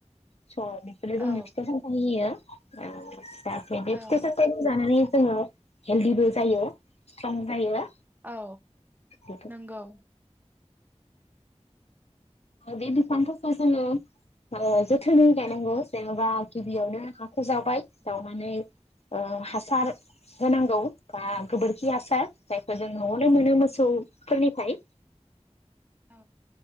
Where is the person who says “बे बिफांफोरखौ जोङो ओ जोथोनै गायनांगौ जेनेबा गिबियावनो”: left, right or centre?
Left